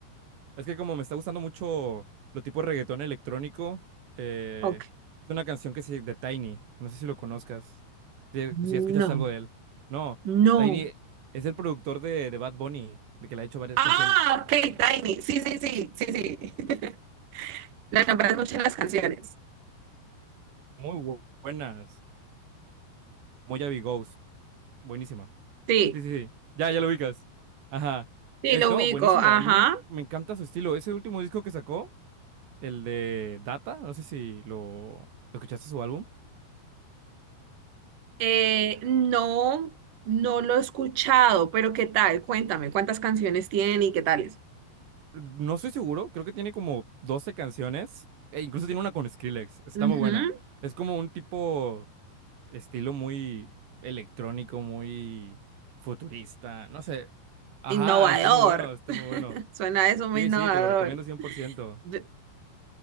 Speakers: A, on the right; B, on the right.
A: Es que como me está gustando mucho lo tipo reggaetón electrónico, eh,
B: Ok.
A: es una canción que se de Tiny. No sé si lo conozcas. Si,
B: No,
A: si escuchas algo de él. No,
B: no.
A: Tiny es el productor de, de Bad Bunny, de que le ha hecho varias
B: Ah,
A: canciones
B: ok, Tiny. Sí, sí, sí, sí, sí. <laughs> La nombras mucho en las canciones.
A: muy bu- buenas. Moya Ghost, buenísima.
B: Sí,
A: Sí, sí, sí. Ya, ya lo ubicas. Ajá.
B: sí,
A: Es,
B: lo
A: no,
B: ubico.
A: buenísimo.
B: Ajá.
A: A mí me, en- me encanta su estilo. Ese último disco que sacó, el de Data, no sé si lo lo escuchaste su álbum.
B: Eh, no, no lo he escuchado, pero ¿qué tal? Cuéntame, ¿cuántas canciones tiene y qué tal es?
A: No estoy seguro, creo que tiene como 12 canciones. E incluso tiene una con Skrillex. Está
B: Ujú,
A: muy buena. Es como un tipo estilo muy electrónico, muy futurista. No sé. Ajá,
B: Innovador.
A: está muy bueno, está
B: <laughs>
A: muy bueno.
B: Suena eso muy
A: Sí,
B: innovador.
A: sí, te lo recomiendo cien por ciento
B: De-